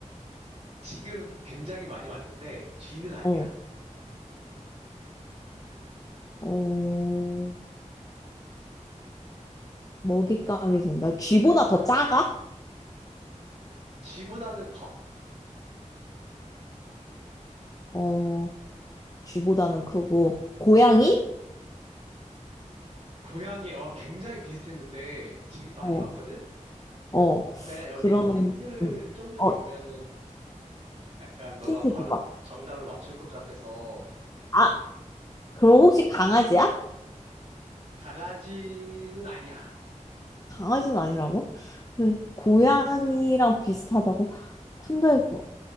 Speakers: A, on the right; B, on the left.
A: 지금 굉장히 많이 왔는데, 쥐는 아니야.
B: 어, 어, 먹잇감이 된다. 쥐보다 더 작아?
A: 쥐보다는 커.
B: 어, 쥐보다는 크고, 고양이?
A: 고양이, 어, 굉장히 비슷했는데, 지금 많이
B: 어,
A: 봤거든?
B: 어,
A: 내가 여기서
B: 그러면,
A: 힌트를
B: 음,
A: 좀 더
B: 어,
A: 주면은, 약간 너가
B: 힌트
A: 바로
B: 줘봐.
A: 정답을 맞출 것 같아서,
B: 아, 그럼 혹시 강아지야?
A: 강아지는 아니야.
B: 강아지는 아니라고? 그 고양이랑 비슷하다고? 근데